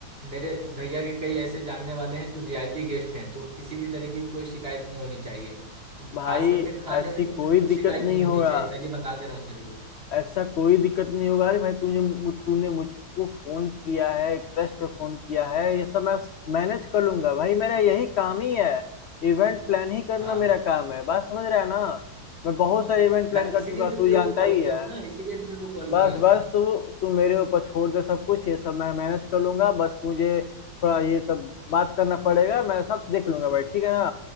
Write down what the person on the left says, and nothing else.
भाई
ऐसी
कोई दिक्कत
नहीं
होगा
ऐसा कोई दिक्कत नहीं होगा अरे भाई तुझे मु- तूने मुझको फोन किया है एक ट्रस्ट पे फोन किया है ये सब मैं मैनेज कर लूंगा भाई मेरा यही काम ही है इवेंट प्लान ही करना
मेरा काम है बात समझ रहा है ना मैं बहुत सारे इवेंट प्लान
कर
चुका हूं,
तू
जानता
ही
है
बस
बस तू तू मेरे ऊपर छोड़ दे सब कुछ ये सब मैं मैनेज कर लूंगा बस मुझे थोड़ा ये सब बात करना पड़ेगा मैं सब देख लूंगा भाई ठीक है ना